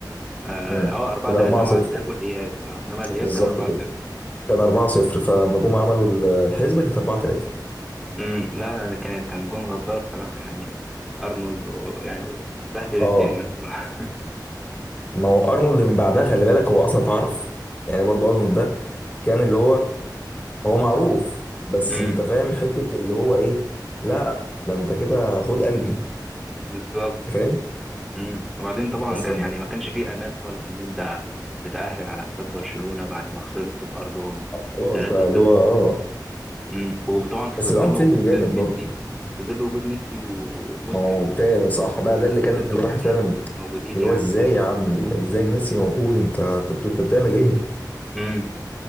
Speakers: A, in the centre; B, on the left.
A: اه
B: امم
A: آه، 4
B: ال 4
A: 3 مع
B: 0
A: الذهاب والاياب آه. انما الاياب
B: بالظبط
A: كان 4
B: كده
A: 0
B: كان 4 0 فلما جم عملوا ال- الحسبة كانت 4 3
A: امم لا ده كان كان جون غدار صراحة يعني ارنولد و- يعني بهدل
B: اه
A: الدنيا الصراحة
B: ما هو ارنولد من بعدها خلي بالك هو اصلا اتعرف يعني برضو ارنولد ده كان اللي هو هو معروف
A: <laughs>
B: بس
A: امم
B: انت فاهم حتة اللي هو ايه لا ده انت كده خد قلبي
A: بالظبط
B: انت فاهم
A: امم وبعدين طبعا
B: بس
A: كان يعني ما كانش فيه امال خالص ان انت تتأهل على حساب برشلونة بعد ما خسرت في ارضهم
B: خلاص
A: 3-0
B: بقى اللي هو اه
A: مم. وطبعا في
B: بس
A: ظل
B: الانفيلد
A: وجود
B: جامد
A: ميسي
B: برضه
A: في ظل وجود ميسي وبوسكيت
B: ما هو فعلا صح بقى ده اللي كان
A: والنجوم
B: الواحد فعلا
A: الموجودين
B: اللي
A: يعني
B: هو ازاي يا عم ازاي ميسي موجود انت انت بت- انت بتعمل ايه
A: مم.